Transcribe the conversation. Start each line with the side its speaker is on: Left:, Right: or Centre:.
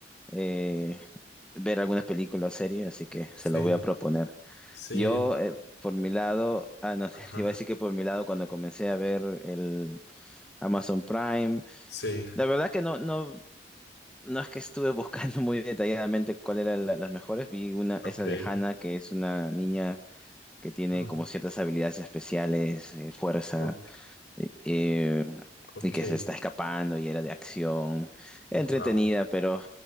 Centre: eh, ver algunas películas o series, así que
Left: sí,
Centre: se lo voy a proponer.
Left: sí,
Centre: Yo, eh, por mi lado, ah, no, <laughs> te,
Left: ajá.
Centre: te iba a decir que por mi lado, cuando comencé a ver el Amazon Prime,
Left: Sí,
Centre: la verdad que no, no, no es que estuve buscando <laughs> muy detalladamente cuál eran la- las mejores, vi una,
Left: ok.
Centre: esa de Hannah, que es una niña que tiene
Left: ah,
Centre: como ciertas habilidades especiales, eh, fuerza
Left: o-
Centre: eh,
Left: ok,
Centre: y que se está escapando y era de acción,
Left: wow.
Centre: entretenida, pero